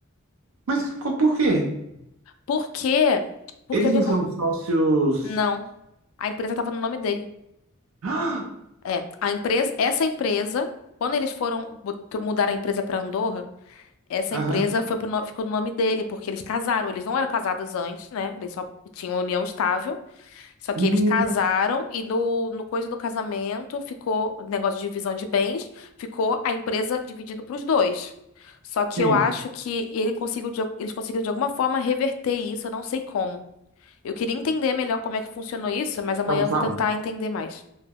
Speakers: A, on the right; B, on the left.
A: Mas co- por quê?
B: porque Porque
A: Eles
B: o que,
A: não
B: acon-
A: são sócios.
B: Não.
A: <gasps>
B: A empresa estava no nome dele.
A: Ah!
B: É, a empresa, essa empresa, quando eles foram bot- mudar a empresa para Andorra, essa
A: Aham.
B: empresa foi pro no- ficou no nome dele, porque eles casaram. Eles não eram casados antes, né? Eles só tinham uma união estável. Só que
A: Não.
B: eles casaram e no, no coisa do casamento ficou o negócio de divisão de bens, ficou a empresa dividindo para os dois. Só que
A: Sim.
B: eu acho que ele conseguiu de al- eles conseguiram de alguma forma reverter isso, eu não sei como. Eu queria entender melhor como é que funcionou isso, mas amanhã
A: Não, calma.
B: eu vou tentar entender mais.